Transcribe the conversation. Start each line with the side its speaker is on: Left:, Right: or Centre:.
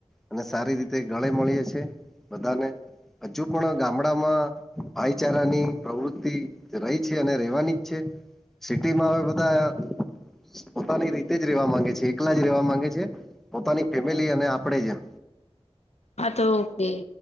Centre: અને સારી રીતે ગળે મળીએ છે. બધાને હજુ પણ ગામડામાં ભાઈચારાની પ્રવૃતિ રહી છે અને રહેેવાની જ છે. સિટીમાં હવે, બધા પોતાની રીતે જ રહેવા માંગે છે. એકલા જ રહેવા માંગે છે પોતાની ફેમિલી અને આપણે જેમ.
Left: આ તો ઓકે.